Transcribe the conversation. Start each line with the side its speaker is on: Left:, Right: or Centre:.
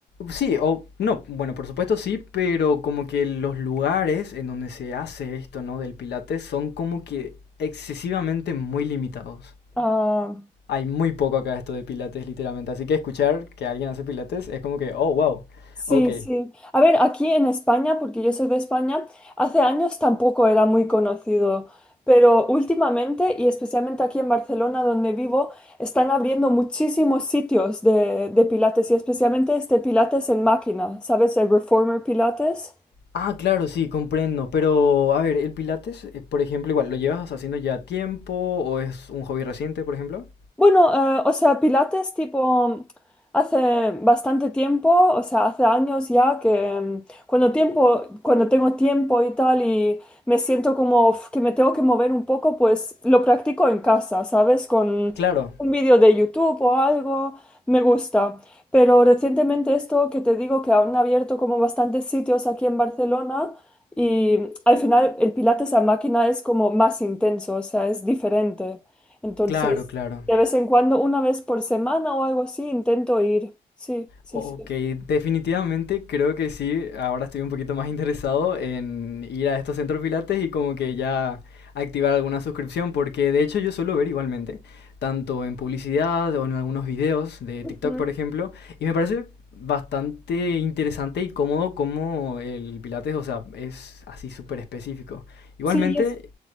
Left: Sí, o no, bueno, por supuesto sí, pero como que los lugares en donde se hace esto, ¿no? Del Pilates son como que excesivamente muy limitados.
Centre: Ah,
Left: hay muy poco acá de esto de pilates, literalmente. Así que escuchar que alguien hace pilates es como que, oh, wow,
Centre: Sí,
Left: ok.
Centre: sí. A ver, aquí en España, porque yo soy de España, hace años tampoco era muy conocido, pero últimamente, y especialmente aquí en Barcelona, donde vivo, están abriendo muchísimos sitios de, de Pilates y especialmente este Pilates en máquina, ¿sabes? El Reformer Pilates.
Left: Ah, claro, sí, comprendo. Pero, a ver, ¿el pilates, eh, por ejemplo, igual, lo llevas haciendo ya tiempo o es un hobby reciente, por ejemplo?
Centre: Bueno, eh, o sea, Pilates tipo hace bastante tiempo, o sea, hace años ya que mm, cuando tiempo, cuando tengo tiempo y tal y me siento como uf, que me tengo que mover un poco, pues lo practico en casa, ¿sabes? Con
Left: Claro,
Centre: un vídeo de YouTube o algo, me gusta. Pero recientemente esto que te digo que han abierto como bastantes sitios aquí en Barcelona y mm, al final el Pilates a máquina es como más intenso, o sea, es diferente. Entonces,
Left: claro, claro.
Centre: de vez en cuando, una vez por semana o algo así, intento ir. Sí, sí,
Left: Ok,
Centre: sí.
Left: definitivamente creo que sí. Ahora estoy un poquito más interesado en ir a estos centros pilates y como que ya activar alguna suscripción, porque de hecho yo suelo ver igualmente, tanto en publicidad o en algunos videos de
Centre: Ujú.
Left: TikTok, por ejemplo, y me parece bastante interesante y cómodo como el pilates, o sea, es así súper específico. Igualmente,
Centre: Sí, es,